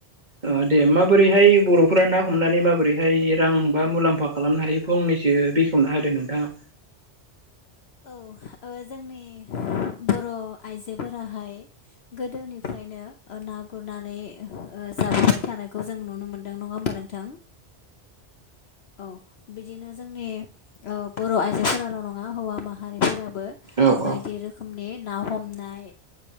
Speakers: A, on the right; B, on the left.
A: ओ दे माबोरैहाय बर'फोरा ना हमनानै माबोरैहाय रां बा मुलाम्फा खालामनो हायो फंनै सो बेखेवना होदो नोंथाङा
B: औ ओ जोंनि बर' आइजोफोराहाय गोदोनिफ्रायनो ना गुरनानै जाबोबाय थानायखौ जों नुनो मोनदों नङा होमबा नोंथां औ बिदिनो जोंनि बर' आइजोफोराल' नङा हौवा माहारिफोराबो
A: औ
B: बायदि
A: औ
B: रोखोमनि ना हमनाय